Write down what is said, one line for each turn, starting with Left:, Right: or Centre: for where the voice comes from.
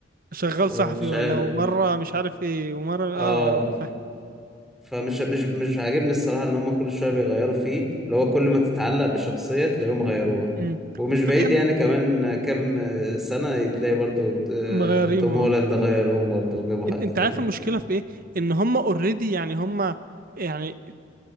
Right: شغال
Centre: آه،
Right: صحفي
Centre: مش
Right: ولا
Centre: عارف
Right: ومره مش عارف ايه ومره اه
Centre: اه
Right: اه انا فاهم
Centre: فمش مش مش عاجبني الصراحة ان هم كل شوية بيغيروا فيه اللي هو كل ما تتعلق بشخصية تلاقيهم غيروها
Right: أمم.
Centre: ومش
Right: والفكرة
Centre: بعيد
Right: إن
Centre: يعني كمان كام سنة تلاقي برضو آه،
Right: مغيرينه
Centre: توم هولاند غيروه برضو وجابوا حد
Right: إن- انت
Centre: تاني
Right: عارف المشكله في ايه ان هم اوريدي يعني هم يعني